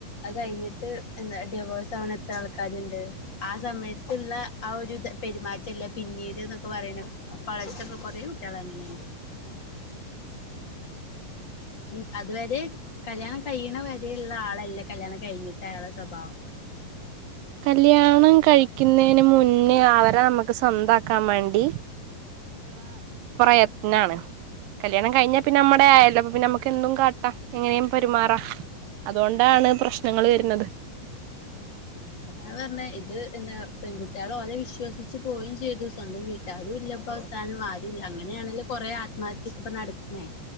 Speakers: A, on the left; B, on the right.
A: അത് കഴിഞ്ഞിട്ട് എന്താ ഡിവോഴ്സ് ആവണത്ര ആൾക്കാരുണ്ട് ആ സമയത്തുള്ള ആ ഒരു പെരുമാറ്റംല്ല പിന്നീട് എന്നൊക്കെ പറയണ അ കോളേജിൽ ഓക്കേ കൊറെേ കുട്ടികള അങ്ങനെയണ്ട് മീൻസ് അതുവരെ കല്യാണം കഴിയണ വരയുള്ള ആളല്ലേ കല്ല്യാണം കഴിഞ്ഞിട്ടായള സ്വഭാവം
B: കല്യാണം കഴിക്കുന്നതിന് മൻേ പിന്നെ അവരെ നമ്മുക്ക് സ്വന്ത കമണ്ടി പ്രയത്നാണ്
A: ആ
B: കല്യാണം കഴിഞ്ഞാ പിന്ന നമ്മ ആയല്ല നമുക്ക് എന്തും കാട്ടാം എങ്ങനെയ പെമാറ അതുകൊണ്ടാണ് പ്രശ്നങ്ങള്ൾ വരുന്നത്
A: അതാണ് പറഞ്ഞത് ഇത് എന്താ പെൺകുട്ടികള ഓലെ വിശ്വസിിച്ചച്ച് പോയും ചെയ്തു സ്വന്തം വീട്ടാരും ഇല്ലപ്പ അവസാനം ആരു ഇല്ല അങ്ങനെയാണെങ്കലും കൊറെേ ആത്മഹത്യക്ക ഇപ്പ നടക്കണേ